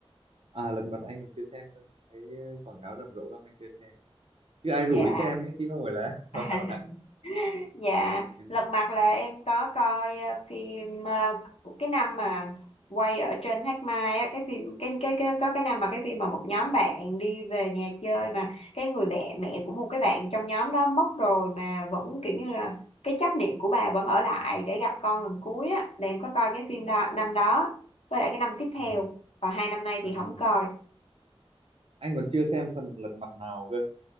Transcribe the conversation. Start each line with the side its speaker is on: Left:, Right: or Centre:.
Right: à lật mặt anh còn chưa xem cơ thấy ờ, quảng cáo rầm rộ lắm anh chưa xem chứ ai rủ
Left: dạ
Right: đi xem ấy chứ không phải là <laughs> là,
Left: <laughs>
Right: là
Left: Dạ,
Right: xem
Left: Lật Mặt là em có coi ờ, phim ờ, của cái năm mà quay ở trên Thác Mai á, cái phim cái cái cái có cái năm mà cái phim mà một nhóm bạn đi về nhà chơi mà cái người mẹ mẹ của một cái bạn trong nhóm đó mất rồi mà vẫn kiểu như là cái chấp niệm của bà vẫn ở lại để gặp con lần cuối á, là em có coi cái phim đó năm đó với lại cái năm tiếp theo,
Right: à,
Left: còn hai năm nay
Right: à.
Left: thì không coi.
Right: anh còn chưa xem phần lật mặt nào cơ